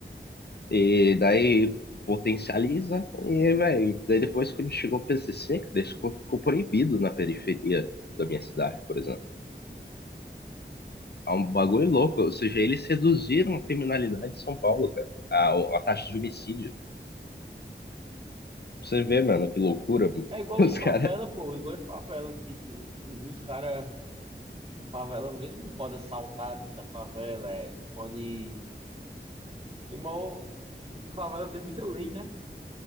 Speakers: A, on the left; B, on the right.
A: E daí potencializa e, velho, daí depois quando chegou o PCC, que daí ficou, ficou proibido na periferia da minha cidade, por exemplo. É um bagulho louco, ou seja, eles reduziram a criminalidade de São Paulo, cara, a, a taxa de homicídio. Você vê, mano, que loucura, mano.
B: É igual
A: <laughs> os
B: em favela,
A: caras...
B: pô, igual em favela, tipo, os caras em favela mesmo não pode assaltar dentro da favela, é, não pode. Tem maior. Em favela tem muita lei, né?